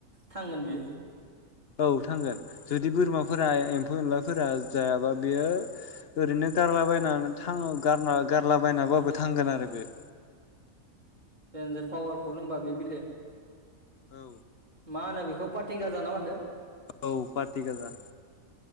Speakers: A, on the right (about 30°); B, on the left (about 50°).
A: थांगोन बियो।
B: औ थांगोन। जुदि बोरमाफोरा एम्फौ
A: उम
B: एनलाफोर जायाबा बेयो ओरैनो गारलाबायनानै थाङो गारना गारलाबायनाबाबो थांगोन आरो बेयो।
A: देन्जार फावारफुल होमबा बे बिला
B: औ
A: मा होनो बेखौ पाटि गाजा ना मानदो?
B: औ पाटि गाजा।